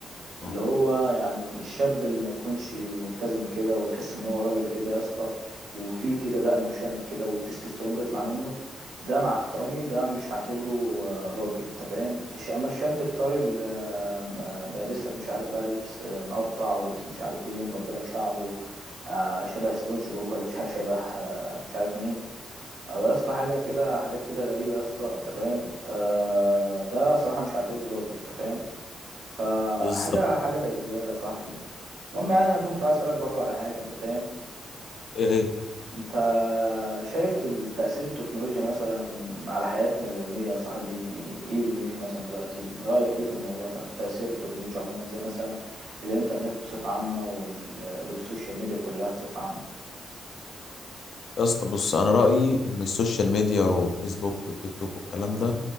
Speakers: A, on the left (about 60°); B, on the right (about 75°).
A: الحوار؟
B: اللي هو يعني الشاب اللي ما يكونش ملتزم كده وتحس ان هو راجل كده يا اسطى وفي كده دقن وشنب كده والتستوستيرون بيطلع منه ده مع احترامي ده مش هعتبره آه، راجل انت فاهم الش- اما الشاب الطري اللي آه، م- لابس لك مش عارف بقى لبس آه، مقطع ولبس مش عارف ايه ومربي لك شعره آه، شبه سبونج بوب ولا مش عارف شبه آه، مش عارف مين أو يا اسطى حاجه كده حاجات كده غريبه يا اسطى انت فاهم آه، ده صراحه مش هعتبره راجل انت فاهم فحاجة
A: بالظبط
B: حاجة بقت زبالة يا صاحبي المهم يعني أنا كنت عايز أسألك برضو على حاجة أنت فاهم
A: ايه هي؟
B: أنت شايف ال- تأثير التكنولوجيا مثلا على حياتنا اليومية يا صاحبي إيه دنيته مثلا دلوقتي رأيك إيه في الموضوع ده تأثير التكنولوجيا عموما زي مثلا الإنترنت بصفة عامة وال... والسوشيال ميديا كلها بصفة عامة
A: يا اسطى بص انا رأيي ان السوشيال ميديا والفيسبوك والتيك توك والكلام ده